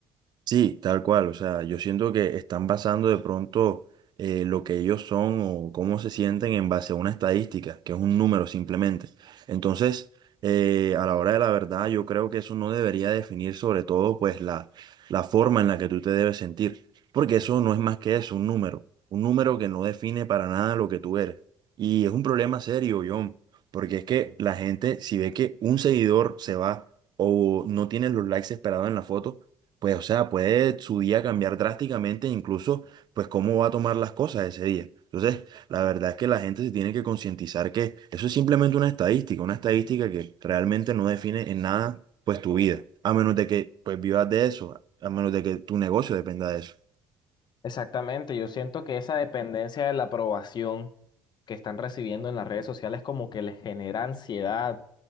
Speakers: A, on the right; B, on the left.
A: Sí, tal cual. O sea, yo siento que están basando de pronto eh, lo que ellos son o cómo se sienten en base a una estadística, que es un número simplemente. Entonces, eh, a la hora de la verdad, yo creo que eso no debería definir sobre todo pues la, la forma en la que tú te debes sentir, porque eso no es más que eso, un número, un número que no define para nada lo que tú eres. Y es un problema serio, John, porque es que la gente, si ve que un seguidor se va o no tiene los likes esperados en la foto, pues, o sea, puede su día cambiar drásticamente, incluso, pues, cómo va a tomar las cosas ese día. Entonces, la verdad es que la gente se tiene que concientizar que eso es simplemente una estadística, una estadística que realmente no define en nada, pues, tu vida, a menos de que, pues, vivas de eso, a menos de que tu negocio dependa de eso.
B: Exactamente, yo siento que esa dependencia de la aprobación que están recibiendo en las redes sociales como que les genera ansiedad,